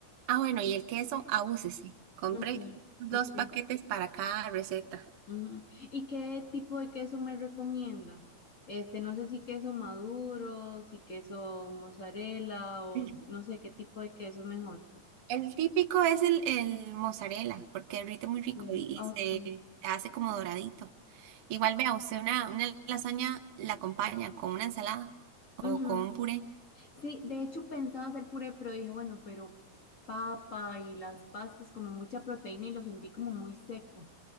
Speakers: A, on the right (about 60°); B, on the left (about 55°).
A: Ah, bueno, y el queso, abúsese. Compre
B: Ok,
A: dos
B: ok.
A: paquetes para cada receta.
B: Ujú. ¿Y qué tipo de queso me recomienda? Este, no sé si queso maduro, si queso mozzarella o
A: Sí.
B: si- no sé qué tipo de queso es mejor.
A: El típico es el, el mozzarella, porque derrite muy rico
B: Sí.
A: y,
B: Ok.
A: y se hace como doradito. Igual vea, usted una, una lasaña la acompaña con una ensalada
B: Ujú.
A: o con un puré.
B: Sí, de hecho pensaba hacer puré, pero dije, bueno, pero papa y las pastas como mucha proteína y lo sentí como muy seco.